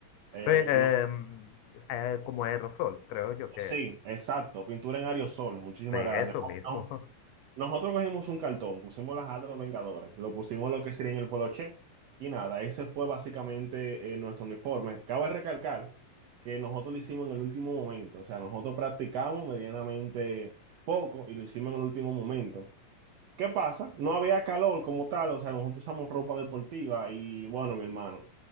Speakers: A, on the left; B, on the right.
A: Sí,
B: Eh,
A: em,
B: no,
A: eh, como aerosol, creo yo que
B: sí,
A: es.
B: exacto, pintura en aerosol, muchísimas
A: Sí, eso
B: gracias. No-
A: mismo.
B: no, nosotros cogimos un cartón, pusimos las A de los Vengadores, lo pusimos lo que sería en el poloche y nada, ese fue básicamente eh, nuestro uniforme. Cabe recalcar que nosotros lo hicimos en el último momento, o sea, nosotros practicamos medianamente poco y lo hicimos en el último momento. ¿Qué pasa? No había calor como tal, o sea, nosotros usamos ropa deportiva y bueno, mi hermano,